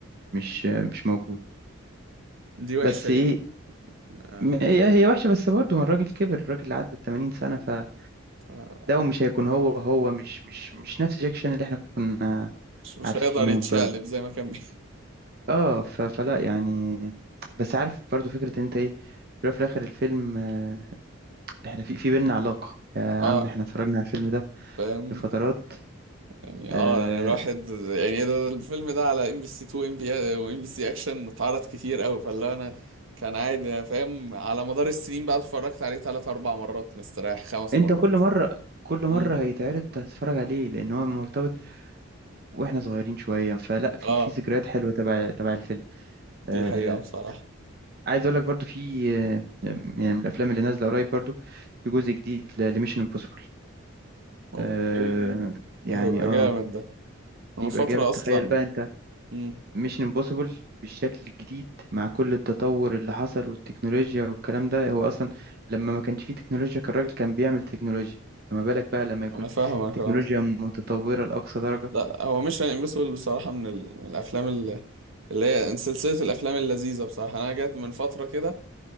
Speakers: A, on the right (about 45°); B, on the right (about 65°).
A: مش آه، مش موجود
B: دي وحشة
A: بس ايه
B: دي آه.
A: م- هي هي وحشة بس برضه هو الراجل كبر الراجل عدى ال 80 سنة فأداؤه
B: آه.
A: مش هيكون هو هو مش مش مش نفس جاك شان اللي احنا كنا
B: مش مش
A: عارفينه
B: هيقدر يتشقلب
A: ب...
B: زي ما كان بي-
A: اه ف... فلا يعني بس عارف برضه فكرة إن انت ايه في الأول وفي الآخر الفيلم آه، احنا في في بينا علاقة يا
B: <laughs>
A: عم احنا
B: اه
A: اتفرجنا على الفيلم ده
B: فاهم
A: بفترات
B: يعني اه
A: آه...
B: يعني الواحد يعني ده ده الفيلم ده على ام بي سي 2 ام بي وام بي سي اكشن اتعرض كتير قوي فاللي انا كان عادي انا فاهم على مدار السنين بقى اتفرجت عليه ثلاث اربع مرات مستريح خمس
A: انت
B: مرات
A: كل مرة كل مرة
B: امم
A: هيتعرض هتتفرج عليه لأن هو مرتبط واحنا صغيرين شوية فلا في
B: اه
A: في ذكريات حلوة تبع تبع الفيلم
B: دي
A: آه،
B: حقيقة بصراحة
A: عايز اقول لك برضو في آه، يعني من الافلام اللي نازله قريب برضو في جزء جديد لميشن امبوسيبل
B: اوكي
A: آه
B: ده
A: يعني
B: هيبقى
A: اه
B: جامد ده انا
A: يبقى
B: من فترة
A: جامد تخيل
B: اصلا
A: بقى انت
B: امم
A: ميشن امبوسيبل بالشكل الجديد مع كل التطور اللي حصل والتكنولوجيا والكلام ده هو اصلا لما ما كانش فيه تكنولوجيا كان الراجل كان بيعمل تكنولوجيا فما بالك بقى لما يكون
B: انا فاهمك
A: تكنولوجيا
B: اه
A: متطوره لاقصى درجه
B: لا هو مش امبوسيبل بصراحة من, ال... من الافلام اللي اللي هي سلسلة الافلام اللذيذة بصراحة انا جت من فترة كده